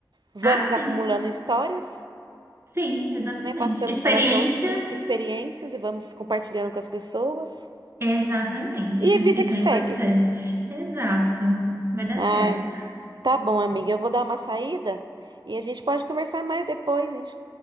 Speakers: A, on the right; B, on the right.
A: Vamos
B: Ah, sim.
A: acumulando histórias,
B: Sim, exatamente.
A: né? Passando
B: Experiência,
A: para as outras pesso- experiências e vamos compartilhando com as pessoas.
B: exatamente.
A: E a vida
B: Isso
A: que segue.
B: é importante. Exato. Vai dar
A: Ai,
B: certo.
A: tá bom, amiga. Eu vou dar uma saída e a gente pode conversar mais depois. a gente-